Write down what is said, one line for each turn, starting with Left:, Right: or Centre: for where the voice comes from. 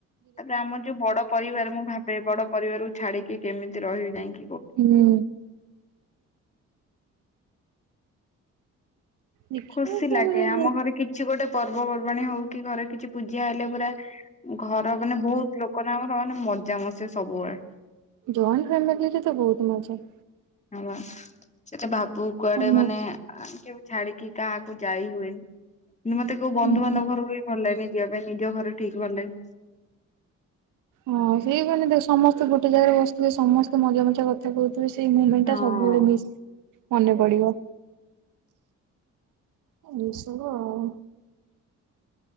Left: ତାପରେ ଆମର ଯୋଉ ବଡ ପରିବାର। ମୁଁ ଭାବେ ବଡ ପରିବାରକୁ ଛାଡିକି କେମିତି ରହିବି ଯାଇଁକି?
Right: ହୁଁ। ଦେଖିବା
Left: ଖୁସି
Right: ସେ
Left: ଲାଗେ।
Right: ମାନେ ହୁଁ
Left: ଆମ ଘରେ କିଛି ଗୋଟେ ପର୍ବ ପର୍ବାଣୀ ହଉ କି, ଘରେ କିଛି ପୂଜା ହେଲେ ପୁରା ଘର ମାନେ, ବହୁତ ଲୋକ ନା ଆମର। କହନି ମଜାମସି ସବୁବେଳେ।
Right: ଜଏଣ୍ଟ ଫାମିିଲିରେ ତ ବହୁତ ମଜା!
Left: ହଁ ବା। ସେ ଟା ଭାବୁ କୁଆଡେ
Right: ସମସ୍ତେ
Left: ମାନେ ଅଁ କେଉ ଛାଡିକି କାହାକୁ ଯାଇ ହୁଏନି କିନ୍ତୁ ମତେ କୋଉ ବନ୍ଧୁବାନ୍ଧବ
Right: ହୁଁ।
Left: ଘର ବି ଭଲଲାଗେନି। ଯିବା ପାଇଁ ନିଜ ଘରେ ଠିକ ଭଲଲାଗେ।
Right: ହଁ ସେଇମାନେ ଦେଖ ସମସ୍ତେ ଗୋଟେ ଜାଗାରେ ବସିଥିବେ ସମସ୍ତେ ମଜା ମଜା କଥା କହୁଥିବ। ତ ସେଇ ମୁଁମେଣ୍ଟ
Left: ହଁ
Right: ଟା ସବୁବେଳେ ମିସ୍ ମନେପଡିବ। ରୁଷିବୁ ଆଉ।